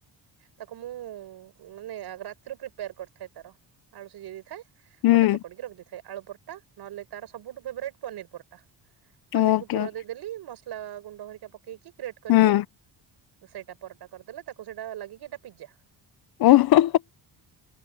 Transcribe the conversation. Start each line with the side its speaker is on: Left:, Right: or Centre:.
Right: ତାକୁ ମୁଁ ମାନେ ଆ, ରାତିରୁ ପ୍ରିପେୟାର୍ କରିଥାଏ ତାର। ଆଳୁ ସିଜେଇ ଦେଇ ଥାଏ।
Left: ହୁଁ
Right: ଅଟା ଚକଡିକି ରଖିଦେଇଥାଏ। ଆଳୁ ପରଟା ନହେଲେ ତାର ସବୁଠୁ ଫେବରାଇଟୂ ପନିର୍ ପରଟା। ପନିର୍
Left: ଓକେ
Right: କୁ ପୁର
Left: ଓକେ
Right: ଦେଇଦେଲି ମସଲା ଗୁଣ୍ଡ ହେରିକା ପକେଇକି ଗ୍ରେଟ୍ କରିକି
Left: ହଁ
Right: ଅ, ସେଇଟା। ପରଟା କରିଦେଲେ ତାକୁ ସେଇଟା ଲାଗେକି ଏଇଟା ପିଜା।
Left: ଓ ହଁ।